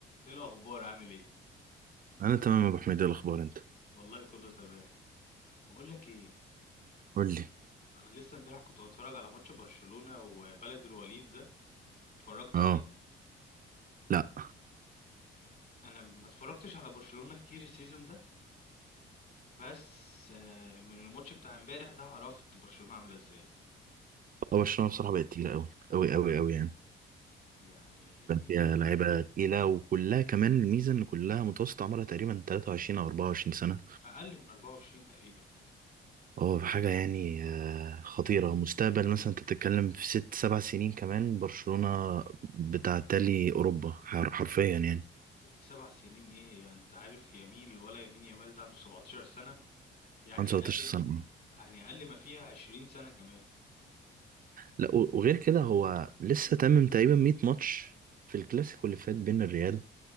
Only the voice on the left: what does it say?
ايه الاخبار عامل ايه
والله كله تمام بقول لك ايه
انا لسه امبارح كنت بتفرج على ماتش برشلونة وبلد الوليد ده اتفرجت
عليه
انا ما اتفرجتش على برشلونة كتير السيزون ده بس آه، من الماتش بتاع امبارح ده عرفت برشلونة عاملة ازاي
يعني
اقل من 24 تقريبا
ست سبع سنين ايه انت عارف يمين ولا يمين يامال ده عنده 17 سنة يعني
اقل
يعني اقل ما فيها 20 سنة كمان